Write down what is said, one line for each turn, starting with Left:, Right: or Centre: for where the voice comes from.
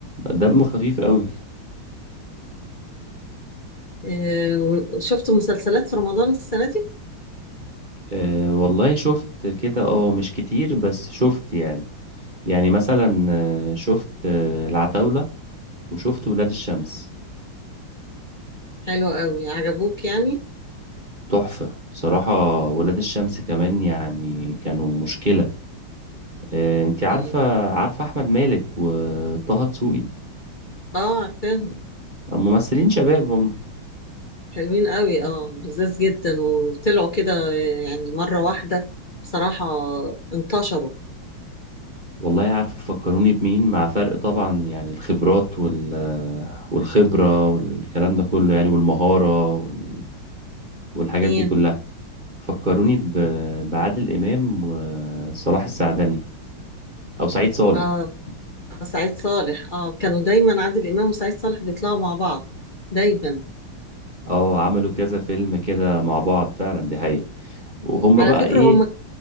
Right: دمه خفيف قوي
Left: آه، وشفت مسلسلات في رمضان السنة دي
Right: آه والله شفت كده اه مش كتير بس شفت يعني يعني مثلا آه، شفت آه، العتاولة وشفت ولاد الشمس
Left: حلوة قوي عجبوك يعني
Right: تحفة بصراحة ولاد الشمس كمان يعني كانوا مشكلة آه، انتي عارفة
Left: مم.
Right: عارفة أحمد مالك وطه دسوقي
Left: اه عارفاهم
Right: ممثلين شباب هم
Left: حلوين قوي اه لذاذ جدا وطلعوا كده آه، يعني مرة واحدة بصراحة انتشروا
Right: والله عارفة فكروني بمين مع فرق طبعا يعني الخبرات وال آه، والخبرة والكلام ده كله يعني والمهارة وال- والحاجات
Left: مين
Right: دي كلها فكروني ب- بعادل إمام وصلاح السعدني أو سعيد صالح
Left: اه سعيد صالح اه كانوا دايما عادل إمام وسعيد صالح بيطلعوا مع بعض دايما
Right: اه عملوا كذا فيلم كده مع بعض فعلا دي حقيقة وهم
Left: على
Right: بقى
Left: فكرة
Right: ايه
Left: هم